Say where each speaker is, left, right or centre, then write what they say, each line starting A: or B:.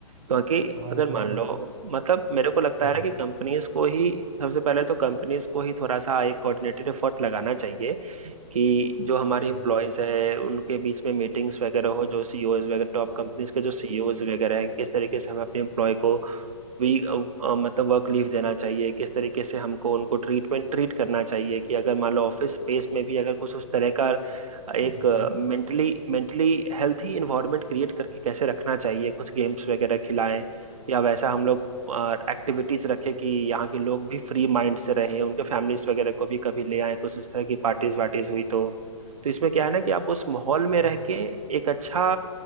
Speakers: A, on the right; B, on the right.
A: क्योंकि
B: और
A: अगर
B: मैं
A: मान
B: तुम्हें
A: लो मतलब मेरे को लगता
B: हाँ
A: है ना कि कंपनीज को ही सबसे पहले तो कंपनीज को ही थोड़ा सा एक कोऑर्डिनेटेड एफर्ट लगाना चाहिए कि जो हमारे
B: एग्जैक्टली
A: एम्प्लॉयज
B: exactly.
A: हैं उनके बीच में मीटिंग्स वगैरह हो जो सीईओज वगैरह टॉप कंपनीज के जो सीईओज वगैरह हैं किस तरीके से हमें अपने एम्प्लॉय को वी मतलब वर्क लीव देना चाहिए किस तरीके से हमको उनको ट्रीटमेंट ट्रीट करना चाहिए कि अगर मान लो ऑफिस स्पेस में भी अगर कुछ उस तरह का एक
B: हाँ
A: mentally mentally healthy environment create करके कैसे रखना चाहिए कुछ गेम्स वगैरह खिलाएं या वैसा हम लोग एक्टिविटीज रखें कि यहाँ के लोग भी फ्री माइंड से रहें उनके फैमिलीज वगैरह को भी कभी ले आएं कुछ उस तरह की पार्टीज वार्टीज हुई तो तो इसमें क्या है ना कि आप उस माहौल में
B: अब
A: रह के एक अच्छा